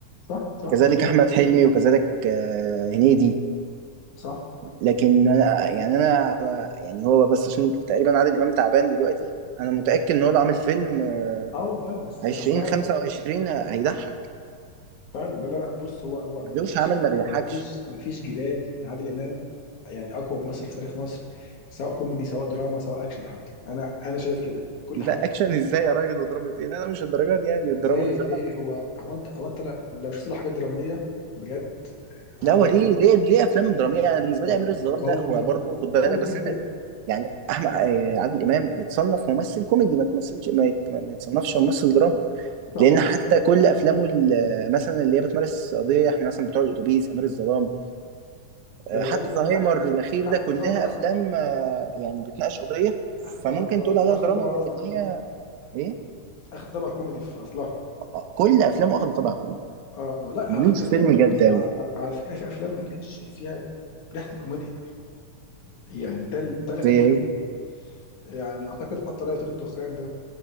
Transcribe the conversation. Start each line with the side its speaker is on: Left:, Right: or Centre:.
Left: صح صح
Right: كذلك
Left: صح,
Right: احمد حلمي وكذلك آه، هنيدي
Left: صح.
Right: لكن انا يعني انا يعني هو بس عشان تقريبا عادل امام تعبان دلوقتي انا متاكد ان هو لو عامل فيلم آه،
Left: اه والله بس
Right: 20
Left: يعني فعلا
Right: 25 هيضحك
Left: فعلا لا لا لا بص هو هو
Right: ملوش
Left: ما فيش
Right: عمل ما بيضحكش
Left: ما فيش ما فيش جدال ان عادل امام يعني اقوى ممثل في تاريخ مصر سواء كوميدي سواء دراما سواء اكشن حتى انا انا شايف كده كل
Right: لا
Left: حاجه
Right: اكشن ازاي يا راجل ودراما ايه لا، انا مش الدرجات دي يعني الدراما
Left: ليه
Right: الدراما
Left: ليه هو هو انت هو انت لا- لو شفت له حاجات دراميه بجد عادل
Right: لا هو
Left: امام
Right: ليه
Left: كان
Right: ليه ليه افلام دراميه يعني بالنسبه
Left: كان
Right: لي امير الظلام
Left: قوي
Right: ده هو برضه خد بالك
Left: قوي
Right: بس
Left: جدا
Right: انت يعني احمد آه، عادل امام يتصنف ممثل كوميدي ما تمثلش ما, يت... ما يتصنفش ممثل دراما
Left: صح
Right: لان حتى كل افلامه ال- مثلا اللي هي بتمارس قضيه احنا مثلا بتوع الاتوبيس امير الظلام
Left: في
Right: آه،
Left: الغالب
Right: حتى زهايمر
Left: اخد
Right: الاخير
Left: اخد
Right: ده كلها
Left: طابع
Right: افلام آه، يعني بتناقش قضيه
Left: اخد
Right: فممكن
Left: طابع درامي
Right: تقول عليها
Left: اخد
Right: دراما
Left: طابع
Right: لكن
Left: قصدي كوميدي
Right: هي ايه
Left: اخد طابع كوميدي في اصلها
Right: آه، كل افلامه واخده طابع كوميدي
Left: اه اه لا
Right: ملوش
Left: على فكره فيها
Right: فيلم
Left: على
Right: جد
Left: فكره
Right: قوي
Left: على- على فكرة في افلام ما كانش فيها ريحه الكوميديا يعني ده ال- ده الغريب
Right: زي ايه
Left: يعني اعتقد حتى لا يطير الدخان ده